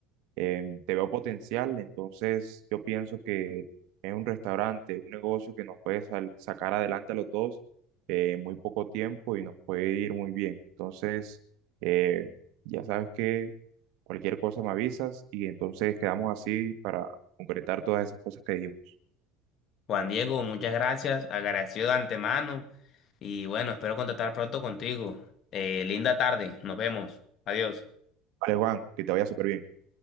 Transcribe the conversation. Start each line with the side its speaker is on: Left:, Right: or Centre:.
Right: em, te veo potencial, entonces yo pienso que es un restaurante, un negocio que nos puede sal- sacar adelante a los dos eh, en muy poco tiempo y nos puede ir muy bien. Entonces, eh, ya sabes que cualquier cosa me avisas y entonces quedamos así para concretar todas esas cosas que dijimos.
Left: Juan Diego, muchas gracias, agradecido de antemano y bueno, espero contactar pronto contigo. Eh, linda tarde, nos vemos, adiós.
Right: Vale, Juan, que te vaya súper bien.